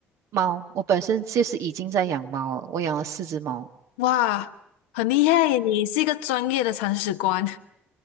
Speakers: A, on the right; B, on the left.
A: 猫，我本身就是已经在养猫了，我养了四只猫。
B: 哇，很厉害耶！你是一个专业的铲屎官。<laughs>